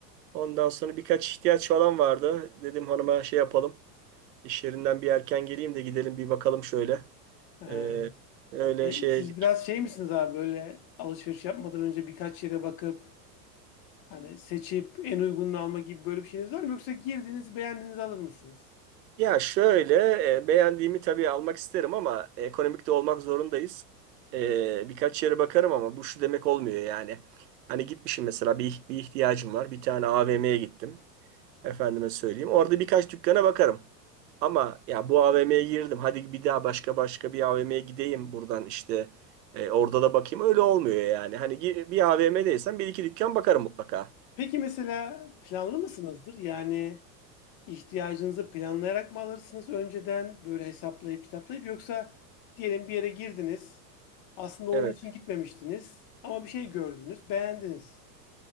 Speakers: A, on the right; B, on the left.
A: Ondan sonra birkaç ihtiyaç falan vardı dedim hanıma şey yapalım iş yerinden bir erken geleyim de gidelim bir bakalım şöyle
B: he.
A: E, öyle
B: E,
A: şey.
B: siz biraz şey misiniz abi böyle alışveriş yapmadan önce birkaç yere bakıp hani seçip en uygununu alma gibi böyle bir şeyiniz var mı? Yoksa girdiniz beğendiğinizi alır mısınız?
A: Ya şöyle e, beğendiğimi tabii almak isterim ama ekonomik de olmak zorundayız. E, birkaç yere bakarım ama bu şu demek olmuyor yani. Hani gitmişim mesela bir, bir ihtiyacım var. Bir tane AVM'ye gittim. Efendime söyleyeyim. Orada birkaç dükkana bakarım. Ama ya bu AVM'ye girdim. Hadi bir daha başka başka bir AVM'ye gideyim buradan işte. E, orada da bakayım. Öyle olmuyor yani. Hani gi- bir AVM'deysem bir iki dükkan bakarım mutlaka.
B: Peki mesela planlı mısınızdır? Yani ihtiyacınızı planlayarak mı alırsınız önceden böyle hesaplayıp kitaplayıp yoksa diyelim bir yere girdiniz aslında onun
A: Evet.
B: için gitmemiştiniz ama bir şey gördünüz beğendiniz.